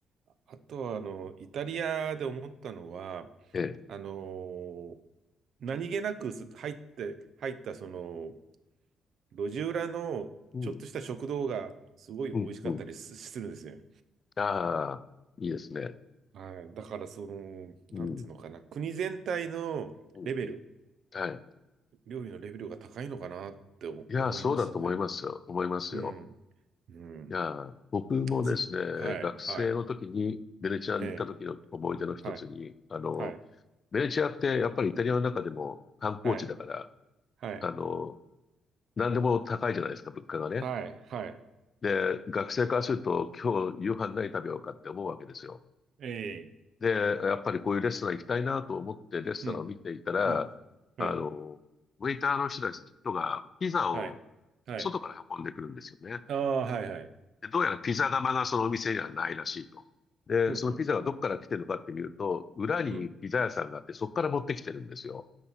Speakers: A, on the right; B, on the left.
A: あとは、あの、イタリアで思ったのは、
B: ええ。
A: あのー何気なくす入って、入った、その、路地裏のちょっとした食堂が、
B: うん、
A: すごい美味しかったりすするんですよ。
B: うん、うん。ああ、いいですね。
A: はい。だから、その、
B: うん、
A: なんていうのかな、国全体のレベル、
B: うん、うん。はい。
A: 料理のレベルが高いのかなって思思いますね。
B: いやー、そうだと思いますよ。思いますよ。
A: うん。うん。
B: いやー、僕もですね、
A: ず、はい、
B: 学生の時にベネチアに行った時の思い出の一つに、
A: はい。ええ。はい
B: あの、
A: はい、
B: ベネチアってやっぱりイタリアの中でも観光地だから、
A: はい、はい、
B: あの、何でも高いじゃないですか、物価がね。
A: はい、はい。
B: で、学生からすると、今日夕飯何食べようかって思うわけですよ。
A: ええ、
B: で、やっぱりこういうレストラン行きたいなと思ってレストランを見ていたら、
A: うん、うん、はい、
B: あの、ウェイターの人たちがピザを
A: はい、はい。
B: 外から運んでくるんですよね。
A: ああ、はい、はい。
B: で、どうやらピザ窯がそのお店にはないらしいと。で、
A: うん、
B: そのピザがどっから来てるのかって見ると、
A: うん、
B: 裏にピザ屋さんがあって、
A: うん。
B: そこから持ってきてるんですよ。